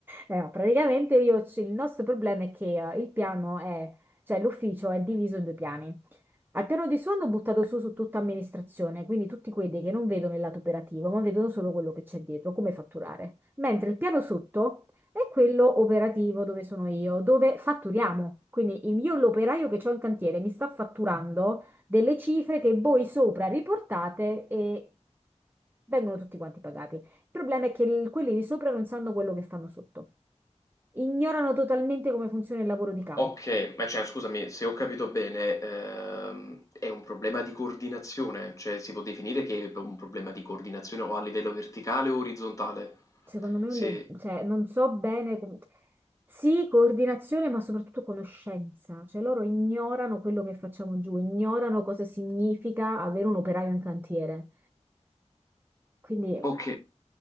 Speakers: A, on the right; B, on the left.
A: Eh, no, praticamente io, c- il nostro problema è che eh, il piano è, cioè l'ufficio è diviso in due piani. Al piano di su hanno buttato su, su tutta amministrazione, quindi tutti quelli che non vedono il lato operativo, ma vedono solo quello che c'è dietro, come fatturare. Mentre il piano sotto è quello operativo dove sono io, dove fatturiamo. Quindi il- io, l'operaio che ho in cantiere, mi sta fatturando delle cifre che voi sopra riportate e vengono tutti quanti pagati. Il problema è che il- quelli di sopra non sanno quello che fanno sotto ignorano totalmente come funziona il lavoro di campo.
B: Ok, ma cioè, scusami, se ho capito bene, ehm, è un problema di coordinazione, cioè si può definire che è un problema di coordinazione o a livello verticale o orizzontale.
A: Secondo me, è
B: Se...
A: un lim- cioè, non so bene come... Sì, coordinazione, ma soprattutto conoscenza. Cioè, loro ignorano quello che facciamo giù, ignorano cosa significa avere un operaio in cantiere. Quindi
B: Ok,